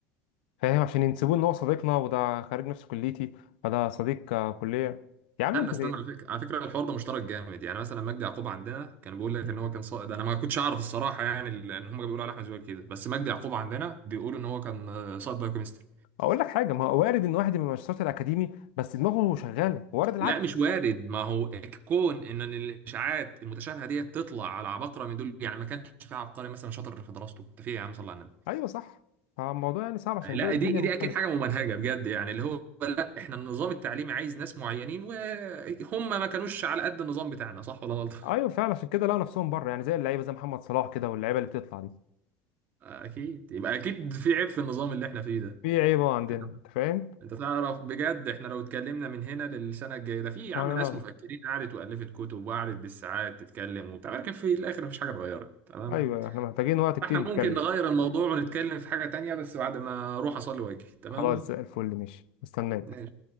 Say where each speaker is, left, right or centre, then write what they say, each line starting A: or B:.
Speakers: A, on the left; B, on the right.
A: فاهم عشان ينسبوه ان هو صديقنا وده خريج نفس كليتي فده صديق آه، كليه يا عم
B: استنى
A: انت
B: استنى على فكره على فكره الحوار ده مشترك جامد يعني مثلا مجدي يعقوب عندنا كان بيقول لك ان هو كان صائد انا ما كنتش اعرف الصراحه يعني ال- ان هم بيقولوا على احمد زويل كده بس مجدي يعقوب عندنا بيقولوا ان هو كان آه، صائد بايوكيمستري
A: اقول لك حاجه ما هو وارد ان واحد يبقى مش شاطر اكاديمي بس دماغه شغاله وارد العكس
B: لا مش وارد ما هو كون ان الاشاعات المتشابهه دي تطلع على عباقره من دول يعني ما كانش في عبقري مثلا شاطر في دراسته ده في إيه يا عم صلى على النبي
A: ايوه صح فالموضوع يعني صعب عشان
B: لا
A: كده الدنيا
B: دي
A: مختلفه
B: دي اكيد حاجه ممنهجه بجد يعني اللي هو لا احنا النظام التعليمي عايز ناس معينين وهم ما كانوش على قد النظام بتاعنا صح ولا غلط
A: ايوه فعلا عشان كده لقوا نفسهم بره يعني زي اللعيبه زي محمد صلاح كده واللعيبه اللي بتطلع دي
B: اكيد يبقى اكيد في عيب في النظام اللي احنا فيه ده
A: في عيبه عندنا
B: انت
A: انت فاهم
B: أنت تعرف بجد احنا لو اتكلمنا من هنا للسنه الجايه ده في
A: مش
B: يا
A: عارف
B: عم ناس مفكرين قعدت والفت كتب وقعدت بالساعات تتكلم وبتاع لكن في الاخر مفيش حاجه اتغيرت تمام
A: <laughs> ايوه احنا محتاجين وقت كتير
B: فاحنا ممكن
A: نتكلم
B: نغير الموضوع ونتكلم في حاجه تانية بس بعد ما اروح اصلي واجي تمام
A: خلاص زي الفل ماشي مستناك
B: ماشي